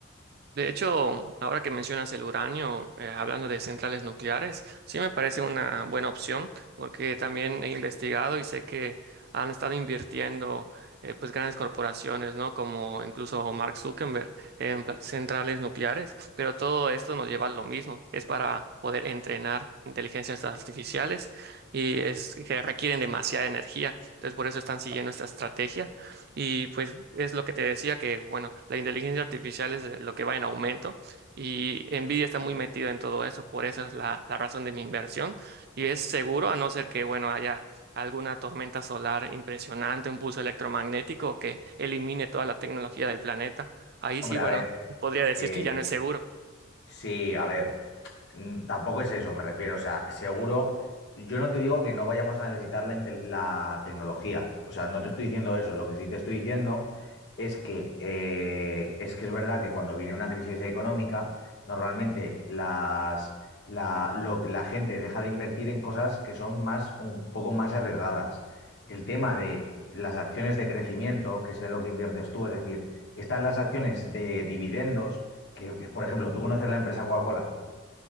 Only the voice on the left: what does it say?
Hombre,
a ver,
eh,
sí, a ver. Mm, Tampoco es eso, me refiero. O sea, seguro, yo no te digo que no vayamos a necesitar la, intel- la tecnología. O sea, no te estoy diciendo eso. Lo que sí te estoy diciendo es que, eh, es que es verdad que cuando viene una crisis económica, normalmente las, la, lo- la gente deja de invertir en cosas que son más, un poco más arriesgadas. El tema de las acciones de crecimiento, que es en lo que inviertes tú, es decir, están las acciones de dividendos, que, por ejemplo, tú conoces la empresa Coca-Cola.